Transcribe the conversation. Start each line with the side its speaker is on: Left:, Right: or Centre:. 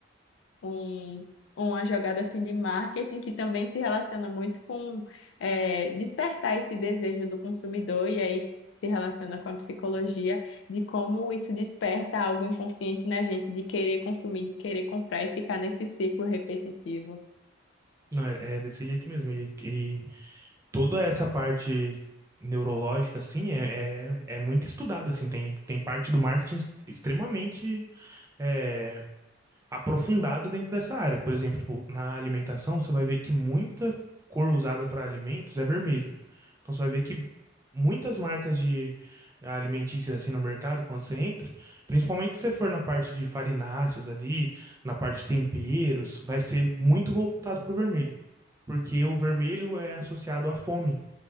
Left: um, uma jogada assim de marketing que também se relaciona muito com é, despertar esse desejo do consumidor e aí se relaciona com a psicologia de como isso desperta algo inconsciente na gente de querer consumir, de querer comprar e ficar nesse ciclo repetitivo.
Right: Não, é, é desse jeito mesmo. E, toda essa parte neurológica, assim, é, é, é muito estudada, assim, tem, tem parte do marketing es- extremamente é, aprofundada dentro dessa área. Por exemplo, tipo, na alimentação, você vai ver que muita cor usada para alimentos é vermelho. Então, você vai ver que muitas marcas de alimentícias, assim, no mercado, quando você entra, principalmente se você for na parte de farináceos ali, na parte de temperos, vai ser muito voltado para o vermelho. Porque o vermelho é associado à fome.